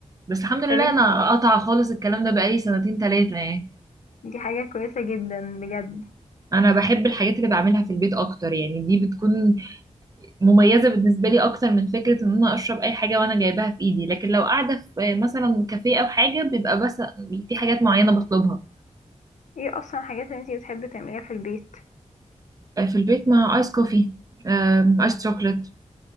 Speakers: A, on the right; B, on the left.
A: بس الحمد لله
B: طب انت
A: انا قطع خالص الكلام ده بقالي سنتين تلاتة يعني
B: دي حاجه كويسه جدا بجد
A: انا بحب الحاجات اللي بعملها في البيت اكتر يعني دي بتكون مميزة بالنسبة لي اكتر من فكرة ان انا اشرب اي حاجة وانا جايباها في ايدي لكن لو قاعدة في مثلا كافيه او حاجة بيبقى بس في حاجات معينة بطلبها
B: ايه اصلا الحاجات اللي انت بتحبي تعمليها في البيت
A: في البيت مع ايس كوفي آم، ايس شوكليت